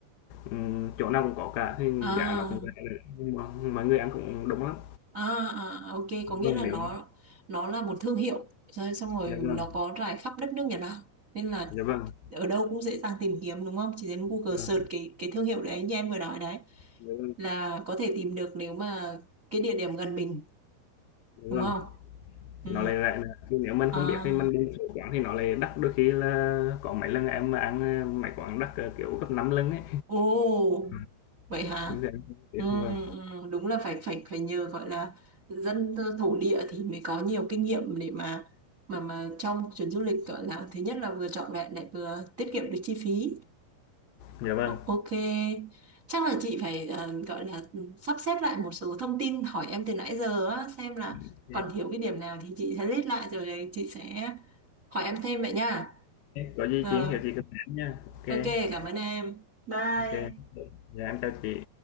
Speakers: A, on the left; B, on the right.
A: ừm, chỗ nào cũng có cả thì
B: à.
A: giá nó cũng rẻ nữa nhưng mà mọi người ăn cũng đông lắm
B: À, à, à, ok, có nghĩa
A: vâng
B: là
A: nếu
B: nó nó là một thương hiệu rồi xong rồi
A: dạ
B: nó
A: vâng
B: có rải khắp đất nước Nhật Bản nên là
A: dạ vâng
B: ở đâu cũng dễ dàng tìm kiếm đúng không? Chỉ cần Google
A: dạ
B: search
A: vâng
B: cái cái thương hiệu đấy như em vừa nói đấy
A: dạ vâng
B: là có thể tìm được nếu mà cái địa điểm gần mình
A: dạ
B: đúng
A: vâng.
B: không? Ừ.
A: nó lại rẻ nữa nhưng nếu mình
B: À,
A: không biết thì mình đi một số quán thì nó lại đắt đôi khi là có mấy lần em mà ăn ờ, mấy quán đắt ờ, kiểu gấp 5 lần ấy
B: ồ,
A: Ừm,
B: vậy hả?
A: hướng dẫn cho việc,
B: Ừ,
A: vâng.
B: ừ, ừ, đúng là phải phải phải nhờ gọi là dân thổ địa thì mới có nhiều kinh nghiệm để mà mà mà trong chuyến du lịch gọi là thứ nhất là vừa trọn vẹn lại vừa tiết kiệm được chi phí.
A: Dạ vâng,
B: O- ok, chắc là chị phải ờ, gọi là ừ, sắp xếp lại một số thông tin hỏi em từ nãy giờ á, xem là
A: ok kê,
B: còn thiếu cái điểm nào thì chị sẽ list lại rồi đấy, chị sẽ hỏi em thêm vậy nha.
A: có gì
B: Rồi,
A: chị hiểu chị cứ nói nha. ok
B: ok,
A: ok ô
B: cảm ơn em. Bye.
A: kê. Dạ, em chào chị.